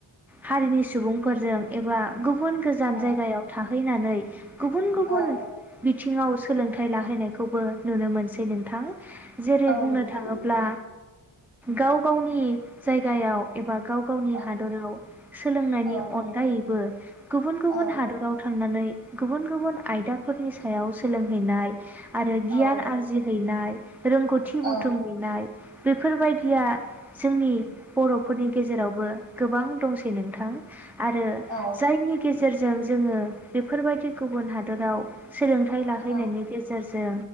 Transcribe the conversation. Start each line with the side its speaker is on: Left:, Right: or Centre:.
Centre: हारिनि सुबुंफोरजों एबा गुब गुबुन गोजान
Left: औ
Centre: जायगायाव थां फैनानै गुबुन गुबुन
Left: औ
Centre: बि बिथिङाव सोलोंथाइ लाहैयखौबो नुनो मोनसै नोंथां जेरै
Left: औ
Centre: बुंनो
Left: नंगौ
Centre: थाङोब्ला गाव गावनि जायगायाव एबा गाव गावनि
Left: औ
Centre: हादराव सोलोंनायनि
Left: औ
Centre: अनगायैबो गुबुन गुबुन
Left: औ
Centre: हादराव नानै गुबुन गुबुन आयदाफोरनि सायाव सोलोंहैनाय आरो
Left: औ
Centre: गियान आरजिहैनाय रोंगौथि
Left: औ
Centre: बुथुमहैनाय बेफोर बायदिया जोंनि बर'फोरनि गेजेरावबो गोबां दंसै नोंथां आरो
Left: औ
Centre: जायनि गेजेराव सेरजों जोङो बेफोर बायदि गुबुन हादोराव सोलोंथाइ लाहैनायनि
Left: औ
Centre: गेजेरजों जों